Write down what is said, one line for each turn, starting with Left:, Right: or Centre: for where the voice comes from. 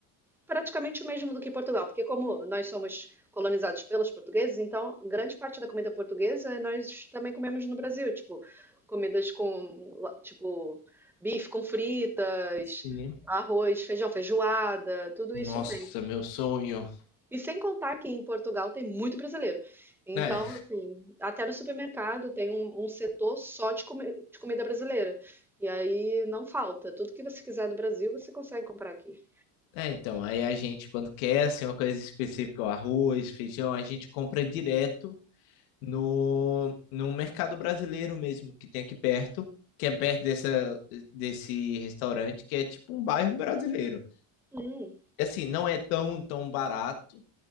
Centre: praticamente o mesmo do que Portugal, porque como nós somos colonizados pelos portugueses, então grande parte da comida portuguesa nós também comemos no Brasil, tipo comidas com tipo bife com fritas,
Left: Sim.
Centre: arroz, feijão, feijoada, tudo
Left: Nossa,
Centre: isso tem.
Left: meu sonho.
Centre: E sem contar que em Portugal tem muito brasileiro. Então,
Left: É,
Centre: assim, até no supermercado tem um, um setor só de, comi- de comida brasileira. E aí não falta. Tudo que você quiser do Brasil, você consegue comprar aqui.
Left: é, então, aí a gente, quando quer, assim, uma coisa específica, o arroz, feijão, a gente compra direto no, no mercado brasileiro mesmo, que tem aqui perto, que é perto dessa, desse restaurante, que é tipo um bairro brasileiro.
Centre: Hum,
Left: assim, não é tão, tão barato,